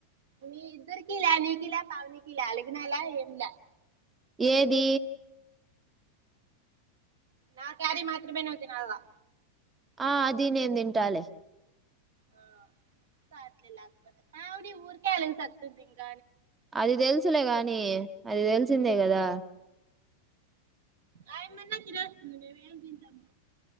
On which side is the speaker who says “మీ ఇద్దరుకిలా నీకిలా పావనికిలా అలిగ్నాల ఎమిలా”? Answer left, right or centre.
Right